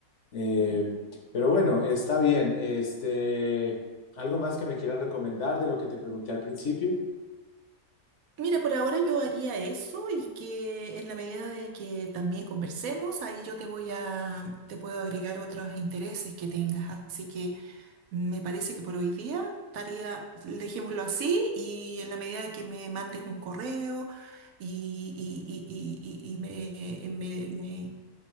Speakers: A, on the left (about 60°); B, on the right (about 75°).
A: Eh,
B: Ujú.
A: pero bueno, está bien. Este, ¿algo más que me quieras recomendar de lo que te pregunté al principio?
B: Mira, por ahora yo haría eso y que en la medida de que también conversemos, ahí yo te voy a, te puedo agregar otros intereses que tengas. Así que me parece que por hoy día estaría, dejémoslo así y en la medida de que me mandes un correo y, y- y- y- y- y me, me, me-